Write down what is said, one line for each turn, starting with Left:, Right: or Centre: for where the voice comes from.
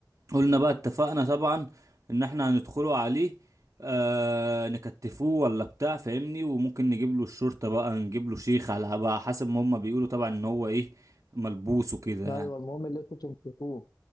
Right: قلنا بقى اتفقنا طبعا ان احنا هندخله عليه آه نكتفوه ولا بتاع فاهمني وممكن نجيب له الشرطة بقى نجيب له شيخ على بقى حسب ما هما بيقولوا طبعا ان هو ايه ملبوس وكده
Left: ايوه
Right: يعني
Left: المهم اللي انتوا تمسكوه